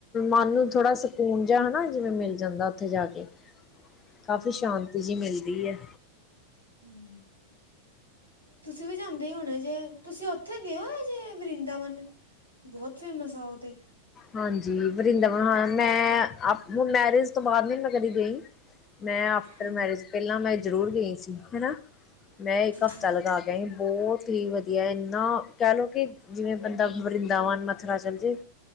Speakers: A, on the left; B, on the right.
A: ਮਨ ਨੂੰ ਥੋੜਾ ਸਕੂਨ ਜਿਹਾ ਹਨਾ ਜਿਵੇਂ ਮਿਲ ਜਾਂਦਾ ਉੱਥੇ ਜਾ ਕੇ ਕਾਫੀ ਸ਼ਾਂਤੀ ਜਹੀ ਮਿਲਦੀ ਮਿਲਦੀ ਏ
B: ਹਾਂ ਤੁਸੀਂ ਵੀ ਜਾਂਦੇ ਹੀ ਹੋਣੇ ਜੇ ਤੁਸੀਂ ਉੱਥੇ ਗਏ ਹੋ ਇਹਜੇ ਵਰਿੰਦਾਵਨ ਬਹੁਤ ਫੇਮਸ ਆ ਉਹ ਤੇ
A: ਹਾਂਜੀ ਵਰਿੰਦਾਵਨ ਹ ਹਾਂ ਮੈਂ ਮੈਰਿਜ ਤੋਂ ਬਾਅਦ ਨੀ ਕਦੇ ਗਈ <unintelligible> ਮੈਂ ਆਫਟਰ
B: ਹਾਂਜੀ
A: ਮੈਰਿਜ ਪਹਿਲਾਂ ਮੈਂ ਜ਼ਰੂਰ ਗਏ ਸੀ ਹਨਾ ਮੈਂ
B: ਅੱਛਾ
A: ਇੱਕ ਹਫ਼ਤਾ
B: ਅੱਛਾ
A: ਲਗਾ ਕੇ ਆਈ ਬਹੁਤ ਹੀ ਵਧੀਆ ਇੰਨਾ ਕਹਿ ਲੋੋ ਕਿ ਜਿਵੇਂ ਵ੍ਰਿੰਦਾਵਨ ਦਾਵਨ ਮਥੁਰਾ ਚਲ ਜੇ